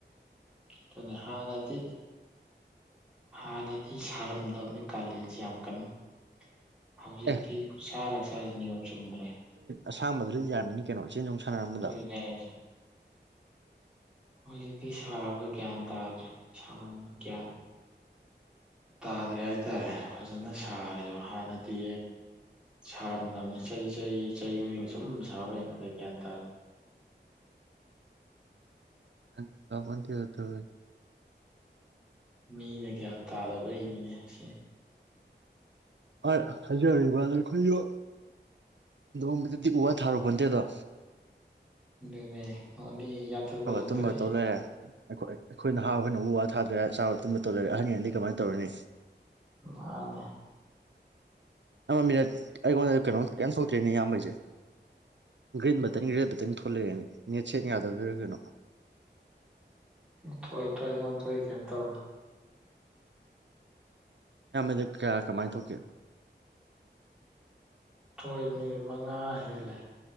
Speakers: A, in the centre; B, on the right (about 80°).
A: ꯑꯗꯨꯅꯦ ꯍꯥꯟꯅꯗꯤ ꯍꯥꯟꯅꯗꯤ ꯁꯥꯔꯝꯗꯕꯅꯤ ꯀꯥꯂꯦꯟꯁꯦ ꯌꯥꯝ ꯀꯟꯅ ꯍꯧꯖꯤꯛꯇꯤ
B: ꯑꯦ
A: ꯈꯨꯠꯁꯥ ꯂꯥꯛꯁꯁꯤ ꯅꯤꯌꯣꯝ ꯆꯨꯝꯗ꯭ꯔꯦ
B: ꯑꯁꯥꯥꯡꯕꯗꯤ ꯂꯣꯠ ꯌꯥꯔꯝꯃꯤꯅꯤ ꯀꯩꯅꯣ ꯆꯦꯟꯖꯣꯡ ꯁꯥꯟꯅꯔꯝꯕ
A: ꯑꯗꯨꯅꯦ
B: ꯗꯣ
A: ꯍꯥꯏꯁꯦ ꯍꯧꯖꯤꯛꯇꯤ ꯁꯥꯕ ꯒꯌꯥꯟ ꯇꯥꯗ꯭ꯔꯦ ꯁꯥꯃꯟ ꯒ꯭ꯌꯥꯟ ꯇꯥꯗ꯭ꯔꯦ ꯍꯥꯏꯇꯥꯔꯦ ꯐꯖꯅ ꯁꯥꯔꯦꯕ ꯍꯥꯟꯅꯗꯤ ꯁꯥꯔꯝꯗꯝꯅꯤ ꯆꯩ ꯆꯩ ꯆꯍꯤ ꯈꯨꯗꯤꯡꯒꯤ ꯁꯨꯝ ꯁꯥꯕ ꯍꯦꯟꯒꯠꯂꯛꯏ ꯒꯌꯥꯟ ꯇꯥꯗꯦ
B: ꯒ꯭ꯌꯥꯟ ꯇꯥꯄꯣꯠ ꯇꯦꯗ ꯇꯧꯔꯤꯁꯦ꯫
A: ꯃꯤꯅ ꯒꯌꯥꯟ ꯇꯥꯗꯕꯩꯅꯤꯅꯦ ꯁꯤ
B: ꯍꯣꯏ ꯍꯥꯏꯖꯔꯤꯕꯗꯨꯅꯤ ꯑꯩꯈꯣꯏꯁꯨ ꯅꯣꯡꯃꯇꯗꯤ ꯎ ꯋꯥ ꯊꯥꯔꯨꯕꯟꯇꯦꯗꯣ꯫
A: ꯑꯗꯨꯅꯦ ꯑꯣꯟꯂꯤ ꯌꯥꯟꯊꯠꯄ ꯈꯛꯇꯅꯦ
B: ꯇꯨꯝꯕ ꯇꯧ ꯂꯩꯔꯦ ꯑꯩꯈꯣꯏ ꯑꯩꯈꯣꯏ ꯅꯍꯥ ꯈꯣꯏꯅ ꯎ ꯋꯥ ꯊꯥꯗ꯭ꯔꯦ ꯆꯥꯕ ꯇꯨꯝꯕ ꯇꯧ ꯂꯩꯔꯦ ꯑꯍꯅꯒꯩꯟꯗꯤ ꯀꯃꯥꯏꯅ ꯇꯧꯔꯨꯅꯤ
A: ꯃꯥꯅꯦ
B: ꯑꯃ ꯃꯤꯅꯠ ꯑꯩꯉꯣꯟꯗꯗꯤ ꯀꯩꯅꯣꯝ ꯀꯩꯝ ꯊꯣꯛꯇ꯭ꯔꯦꯅꯦ ꯏꯌꯥꯝꯕꯩꯁꯦ ꯒ꯭ꯔꯤꯟ ꯕꯇꯟ ꯔꯦꯠ ꯕꯇꯟ ꯊꯣꯂꯛꯑꯦꯅꯦ ꯅꯦꯠꯁꯦ ꯌꯥꯗꯕꯩꯔ ꯀꯩꯅꯣ
A: ꯊꯣꯛꯏ ꯊꯣꯏ ꯑꯩꯉꯣꯟ ꯊꯣꯏ ꯀꯦꯝ ꯇꯧꯔꯣꯢ
B: ꯌꯥꯝꯕꯗ ꯀꯌꯥ ꯀꯃꯥꯏꯅ ꯊꯣꯛꯀꯦ
A: ꯊꯣꯏ ꯃꯤꯅꯠ ꯃꯉꯥ ꯍꯦꯜꯂꯦ